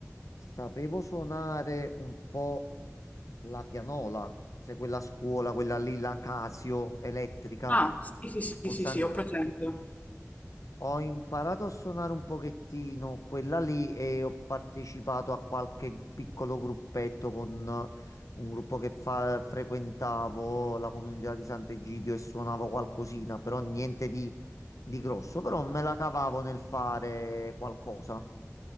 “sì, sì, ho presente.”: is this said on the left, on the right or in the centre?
Left